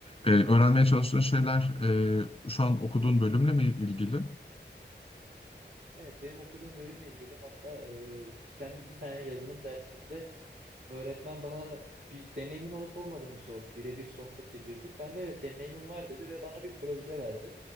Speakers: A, on the left (about 30°); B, on the right (about 65°).
A: E, öğrenmeye çalıştığın şeyler e, şu an okuduğun bölümle mi ilgili?
B: Evet, benim okuduğum bölümle ilgili hatta e, bir tane, bir tane yazılım dersimizde öğretmen bana bir deneyimin olup olmadığını sordu. Birebir sohbet ediyorduk. Ben de evet deneyimim var dedi ve bana bir proje verdi.